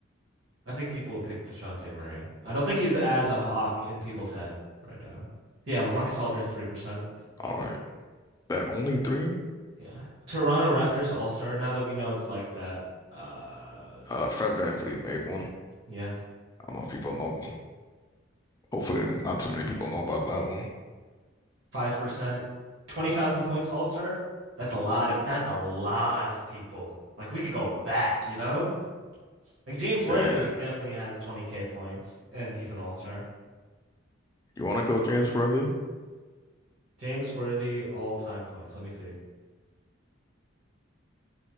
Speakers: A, on the right; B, on the left.
A: I think people will pick DeJounte Murray. I don't think he's as a hawk in people's head right now. Yeah, LaMarcus Aldridge 3%.
B: All right, that only three.
A: Yeah. Toronto Raptors All-Star, now that we know it's like that. Uh
B: Uh, Fred VanVleet made one. I
A: yeah,
B: don't know if people know. Hopefully, not too many people know about that one.
A: 5%. 20,000 points All-Star? That's a lot of that's a lot of people. Like we could go back, you know? Like James Worthy
B: And
A: definitely has 20k points and he's an All-Star.
B: you want to go James Worthy?
A: James Worthy all-time points. Let me see.